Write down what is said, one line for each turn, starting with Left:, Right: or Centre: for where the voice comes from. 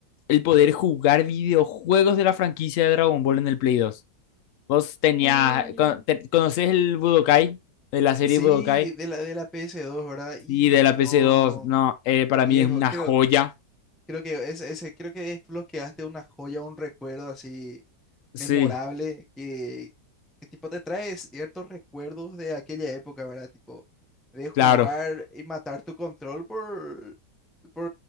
Left: el poder jugar videojuegos de la franquicia de Dragon Ball en el Play 2. Vos tenías,
Centre: Uh,
Left: con, te, ¿conoces el Budokai? De la serie
Centre: Sí,
Left: Budokai.
Centre: de la de la PS2, ¿verdad? Y
Left: Sí, de la
Centre: no,
Left: PC2. No, eh, para
Centre: viejo,
Left: mí es una
Centre: creo.
Left: joya.
Centre: Creo que es, ese, creo que desbloqueaste una joya, un recuerdo así
Left: Sí,
Centre: memorable que, que tipo te trae ciertos recuerdos de aquella época, ¿verdad? Tipo de jugar
Left: claro.
Centre: y matar tu control por, por,